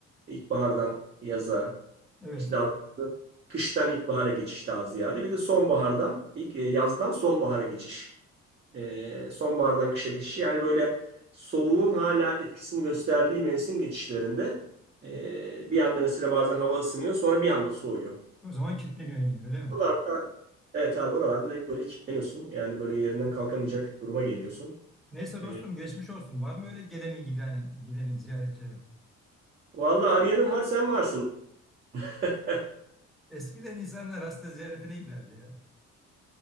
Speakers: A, on the right (about 35°); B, in the centre.
A: ilkbahardan yaza
B: Evet.
A: işte daha doğrusu kıştan ilkbahara geçiş daha ziyade bir de sonbahardan ilk e, yazdan sonbahara geçiş. Ee, sonbahardan kışa geçiş yani böyle soğuğun hala etkisini gösterdiği mevsim geçişlerinde e, bir anda mesela bazen hava ısınıyor sonra bir anda soğuyor.
B: O zaman kilitleniyorsun yani öyle mi?
A: Oralarda, evet abi oralarda direkt böyle kilitleniyorsun. Yani böyle yerinden kalkamayacak duruma geliyorsun.
B: Neyse
A: Ee,
B: dostum geçmiş olsun. Var mı öyle gelenin gidenin, gidenin ziyaretçilerin?
A: vallahi arayanın var sen varsın. <laughs>
B: Eskiden insanlar hasta ziyaretine giderdi ya.